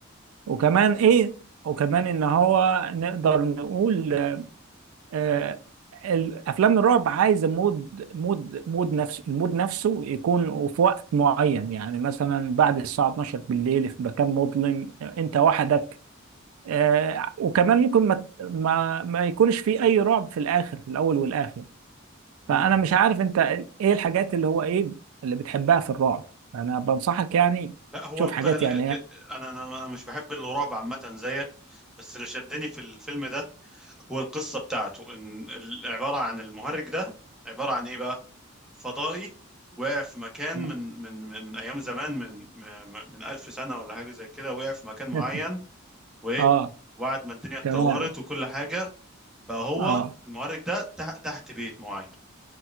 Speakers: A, on the right; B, in the centre.
A: وكمان إيه؟ وكمان إن هو نقدر نقول آه الأفلام الرعب عايزة مود مود مود نفسه المود نفسه يكون في وقت معين يعني مثلا بعد الساعة 12 بالليل في مكان مظلم آه، أنت وحدك آه وكمان ممكن ما ما ما يكونش في أي رعب في الآخر في الأول والآخر
B: مم.
A: فانا مش عارف انت ايه الحاجات اللي هو ايه اللي بتحبها في الرعب انا بنصحك يعني
B: لا هو
A: شوف
B: الق...
A: حاجات
B: ال-
A: يعني
B: ال-
A: إيه.
B: أنا أنا أنا مش بحب الرعب عامة زيك بس اللي شدني في الفيلم ده هو القصة بتاعته إن ال- عبارة عن المهرج ده عبارة عن إيه بقى؟ فضائي وقع في مكان
A: نعم.
B: من من من من أيام زمان من من من ألف سنة ولا حاجة زي كده وقع في مكان معين
A: <laughs>
B: وايه
A: اه
B: وبعد ما الدنيا اتطورت
A: تمام
B: وكل حاجه بقى هو
A: اه
B: المعرج ده تحت تحت بيت معين